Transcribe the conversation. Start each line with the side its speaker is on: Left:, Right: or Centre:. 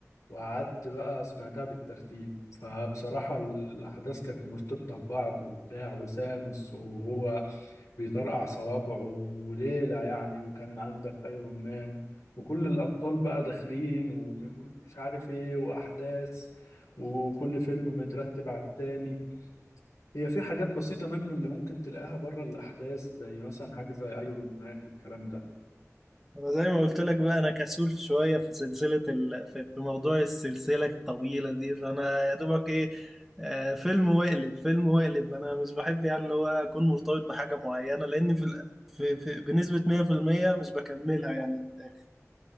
Left: وقعدت بقى سمعتها بالترتيب فبصراحة الأحداث كانت مرتبطة ببعض وبتاع وسانوس وهو بيطرقع صوابعه وليلة يعني وكان عندك أيرون مان وكل الأبطال بقى داخلين ومش عارف إيه وأحداث وكل فيلم مترتب على التاني هي في حاجات بسيطة منه اللي ممكن تلاقيها بره الأحداث زي مثلا حاجة زي أيرون مان والكلام ده
Centre: انا زي ما قلت لك بقى انا كسول شويه في سلسله ال... في في موضوع السلسله الطويله دي فانا يا دوبك ايه آه فيلم وقلب فيلم وقلب انا مش بحب يعني اللي هو اكون مرتبط بحاجه معينه لان في, ال... في, في بنسبه 100% مش بكملها يعني في الآخر.